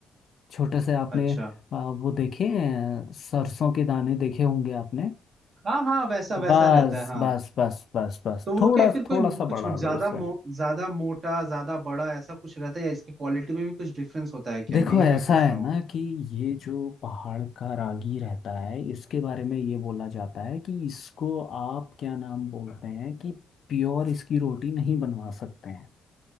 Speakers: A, on the left; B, on the right.
A: छोटे से आपने
B: अच्छा
A: आ, वो देखे हैं, सरसों के दाने देखे होंगे आपने
B: हाँ हाँ वैसा
A: बस
B: वैसा रहता है हाँ
A: बस बस बस बस
B: तो वो
A: थोड़ा
B: क्या फिर
A: थोड़ा
B: कोई मो-
A: सा
B: कुछ
A: बढ़ा लो
B: ज्यादा
A: उससे
B: मो, ज्यादा मोटा ज्यादा बड़ा ऐसा कुछ रहता है या इसकी क्वालिटी में भी कुछ डिफरेंस होता है क्या
A: देखो
B: यही
A: ऐसा
B: मैं पूछ
A: है
B: रहा हूँ
A: ना कि ये जो पहाड़ का रागी रहता है इसके बारे में ये बोला जाता है कि इसको आप क्या नाम बोलते हैं कि प्योर इसकी रोटी नहीं बनवा सकते हैं